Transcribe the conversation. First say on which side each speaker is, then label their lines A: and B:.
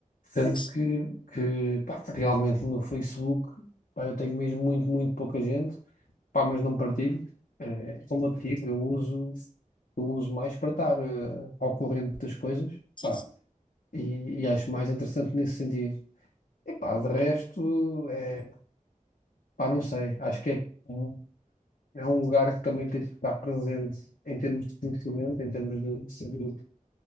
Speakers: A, on the left; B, on the left.
A: Tanto
B: Pois,
A: que, que pá, realmente no Facebook, pá, eu tenho mesmo muito, muito pouca gente, pá, mas não partilho. Eh, como eu te digo, eu uso, eu uso mais para estar eh, ao corrente das coisas,
B: sim,
A: pá,
B: sim.
A: e, e acho mais interessante nesse sentido. E pá, de resto, é, pá, não sei, acho que é, um- é um lugar que também tens que estar presente em termos de conhecimento, em termos de saber